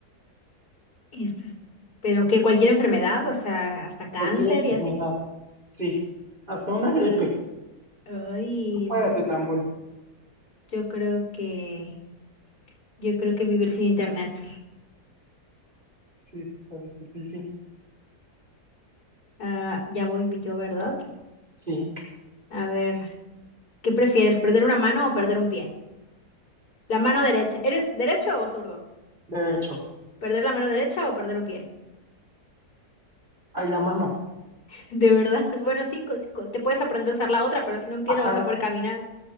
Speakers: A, on the left; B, on the right.
A: Esto es... Pero que cualquier enfermedad, o sea, hasta cáncer
B: Cualquier enfermedad.
A: y así.
B: Sí, hasta una gripe.
A: Ay, entonces
B: Paracetamol.
A: yo creo que yo creo que vivir sin internet.
B: Sí, sí, está bien. Sí, sí,
A: Ah, ya voy yo, ¿verdad?
B: sí.
A: A ver, ¿qué prefieres, perder una mano o perder un pie? La mano derecha. ¿Eres derecho o zurdo?
B: De hecho,
A: ¿Perder la mano derecha o perder un pie?
B: hay la mano.
A: <laughs> De verdad. Bueno, sí, co- co- te puedes aprender a usar la otra, pero sin un pie
B: Ajá.
A: no vas a poder caminar.